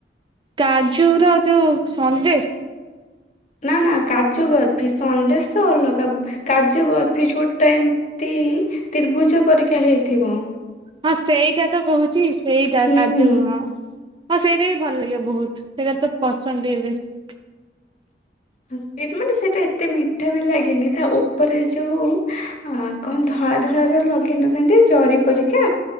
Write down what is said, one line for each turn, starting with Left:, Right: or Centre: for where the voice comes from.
Right: କାଜୁ ର ଯୋଉ ସନ୍ଦେଶ?
Left: ନା ନା କାଜୁ ବରଫି ସନ୍ଦେଶ ତ ଅଲଗା। କାଜୁ ବର୍ଫି ଛୋଟ ଏମତି ତ୍ରିଭୁଜ ପରିକା ହେଇଥିବ।
Right: ହଁ ସେଇଟା ତ କହୁଛି ସେଇଟା
Left: ହୁଁ
Right: କାଜୁ
Left: ହୁଁ
Right: ହଁ। ହଁ ସେଇଟା ବି ଭଲ ଲାଗିବ ବହୁତ ସେଇଟା ତ ପସନ୍ଦ ଭି ବେଶୀ।
Left: ହ ସେ ମାନେ ସେଟା ଏତେ ମିଠା ବି ଲାଗେନି ତା ଉପରେ ଯୋଉ ଆଁ କଣ ଧଳା ଧଳା ର ଲଗେଇ ନଥାନ୍ତି ଜରି ପରିକା